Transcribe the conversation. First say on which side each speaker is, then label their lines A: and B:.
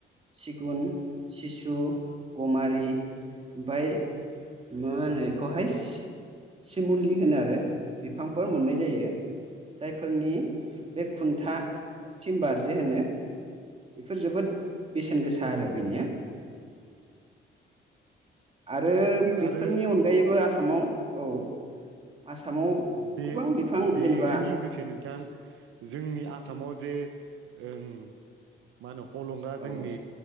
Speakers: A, on the right; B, on the right.
A: सिगुन सिसु गमारि ओमफ्राय मा होनो बेखौहाय सिमुलि होनो आरो बिफांफोर मोननाय जायो जायफोरनि बे खुन्था थिमबार जे होनो बेफोर जोबोद बेसेन गोसा आरो बेनिया आरो बेफोरनि
B: आरो
A: अनगायैबो आसामाव औ आसामाव
B: बे
A: गोबां बिफां
B: बेजों
A: जेनेबा
B: लोगोसे नोंथां जोंनि आसामाव जेओं मा होनो हलंगा
A: औ
B: जोंनि